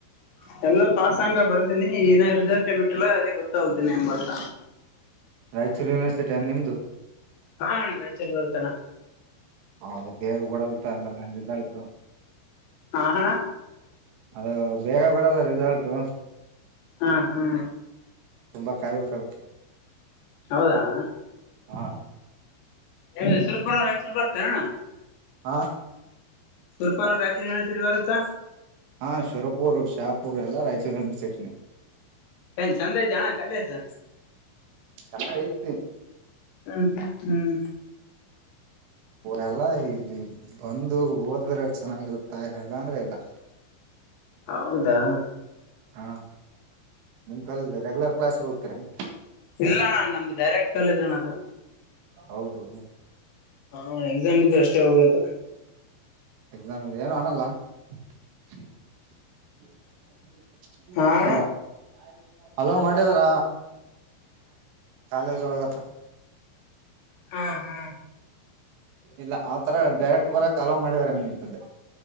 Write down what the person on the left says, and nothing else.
<unintelligible> ಪಾಸ್ ಆಂಗ ಬರ್ದೀನಿ ಇನ್ನ ರಿಸಲ್ಟ್ ಬಿಟ್ಟಿಲ್ಲ ಅದೇ ಗೊತ್ತಾಗ್ದನಿ ಹೆಂಗ ಬರ್ತ
ಹಾ ರಾಯಚೂರು ಬರ್ತಣ್ಣ
ಹಾ ಅಣ್ಣ
ಹಾ ಹಾ.
ಹೌದಾ ಅಣ್ಣಾ.
ನಿಮ್ದು ಸುರಪುರ ರಾಯಚೂರ ಬರತ್ತನ್ ಅಣ್ಣಾ.
ಸುರ್ಪುರ್ ರಾಯಚೂರ ಯೂನಿವರ್ಸಿಟಿ ಬರುತ್ತಾ.
ಏನ್ ಚಂದ ಐತ ಅಣ್ಣಾ ಕಾಲೇಜ್.
ಹ್ಮ್ ಹ್ಮ್.
ಹೌದಾ.
ಇಲ್ಲಾ ಅಣ್ಣಾ ನಮ್ದು ಡೈರೆಕ್ಟ್ ಕಾಲೇಜ್ ಅಣ್ಣಾ ಅದ.
ಹಾ ಎಕ್ಸಾಮ್ ಇದ್ರ ಅಷ್ಟೇ ಹೋಗದು.
ಹಾ ಅಣ್ಣ
ಹಾ ಹಾ.